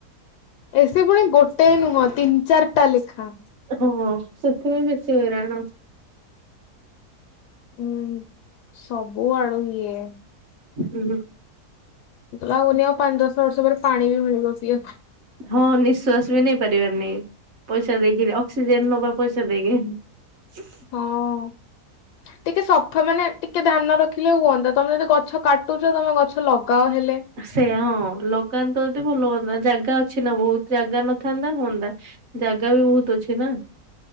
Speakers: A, on the left; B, on the right.
A: ଏସି ପୁଣି ଗୋଟେ ନୁହଁ ତିନି ଚାରିଟା ଲେଖା।
B: ହଁ ସେଥିପାଇଁ ବେଶି ହଇରାଣ।
A: ହୁଁ ସବୁ ଆଡୁ ଇଏ।
B: ହାଲୋ।
A: ଲାଗୁନି ଆଉ ପାଞ୍ଚ ଦଶ ବର୍ଷ ପରେ ପାଣି ବି ମିଳିବ ସିଏ।
B: ହଁ ନିଃଶ୍ଵାସ ବି ନେଇ ପାରିବେନି। ପଇସା ଦେଇକରି। ଅକ୍ସିଜେନ ନବା ପଇସା ଦେଇକି।
A: ହଁ। ଟିକେ ସଫା ମାନେ ଟିକେ ଧ୍ୟାନ ରଖିଲେ ହୁଅନ୍ତା। ତମେ ଯଦି ଗଛ କାଟୁଛ ତମେ ଗଛ ଲଗାଅ ହେଲେ।
B: ସେ ହଁ ଲଗାନ୍ତ ଯଦି ଭଲ ହୁଅନ୍ତା। ଜାଗା ଅଛି ନା ବହୁତ। ଜାଗା ନ ଥାନ୍ତା ହୁଅନ୍ତା। ଜାଗା ବି ବହୁତ ଅଛି ନା।